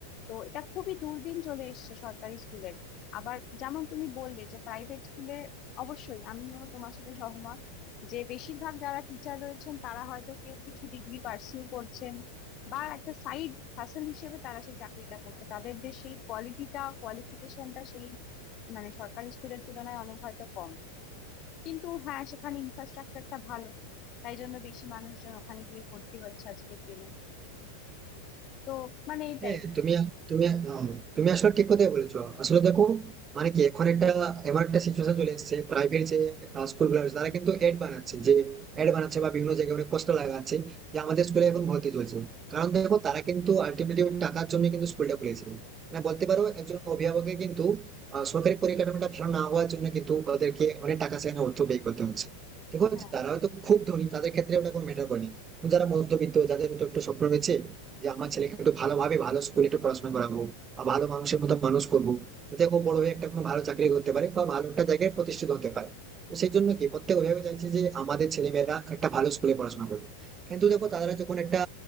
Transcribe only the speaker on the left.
তো এটা খুবই দুর্দিন চলে এসেছে সরকারি স্কুলের আবার যেমন তুমি বললে যে প্রাইভেট স্কুলে অবশ্যই আমিও তোমার সাথে সহমত যে বেশিরভাগ যারা টিচার রয়েছেন তারা হয়তো কেউ কিছু ডিগ্রি পার্সিউ করছেন বা একটা সাইড হাসেল হিসেবে তারা সেই চাকরিটা করছে তাদের যে সেই কোয়ালিটিটা কোয়ালিফিকেশনটা সেই মানে সরকারি স্কুলের তুলনায় অনেক হয়তো কম কিন্তু হ্যাঁ সেখানে ইনফ্রাস্ট্রাকচারটা ভালো তাই জন্য বেশি মানুষজন ওখানে গিয়ে ভর্তি হচ্ছে আজকের দিনে তো মানে এটাই
হ্যাঁ